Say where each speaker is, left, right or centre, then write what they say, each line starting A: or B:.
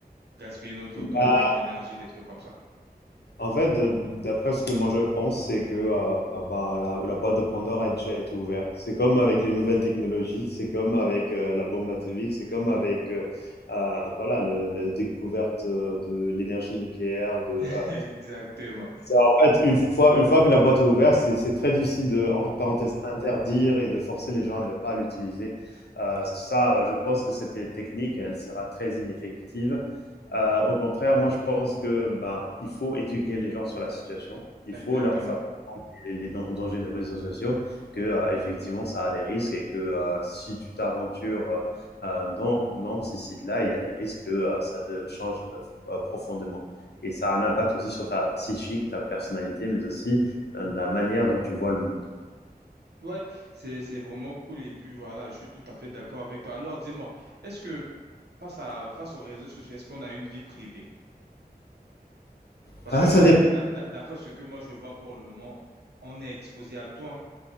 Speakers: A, on the right; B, on the left.
A: gaspiller notre
B: Bah,
A: temps, notre énergie, des trucs comme ça.
B: En fait, de- d'après ce que moi je pense, c'est que euh, bah, la, la boîte de Pandore a déjà été ouverte. C'est comme avec les nouvelles technologies, c'est comme avec euh, la bombe atomique, c'est comme avec euh, euh, voilà, le- la découverte euh, de l'énergie nucléaire, de,
A: <laughs>
B: euh,
A: Exactement.
B: c'est en fait une fois, une fois que la boîte est ouverte, c'est c'est très difficile de, en parenthèse,
A: De- de-
B: interdire et de forcer les gens à ne pas l'utiliser. Euh, ça, euh, je pense que cette technique, elle sera très ineffective. Euh, au contraire, moi, je pense que ben, il faut éduquer les gens sur la situation. Il faut
A: Exactement.
B: leur faire comprendre les, les dan- dangers des réseaux sociaux, que euh, effectivement, ça a des risques et que euh, si tu t'aventures euh, euh, dans, dans ces sites-là, il y a des risques que euh, ça te change euh, profondément. Et ça a un impact aussi sur ta psychique, ta personnalité, mais aussi euh, la manière dont tu vois le monde.
A: Ouais, c'est, c'est vraiment cool et puis voilà, je suis tout à fait d'accord avec toi. Alors dis-moi, est-ce que face à, face aux réseaux sociaux, est-ce qu'on a une vie privée? Parce
B: Ah,
A: que
B: ça dépend.
A: d'a- d'a- d'après ce que moi je vois pour le moment, on est exposé à tout, hein.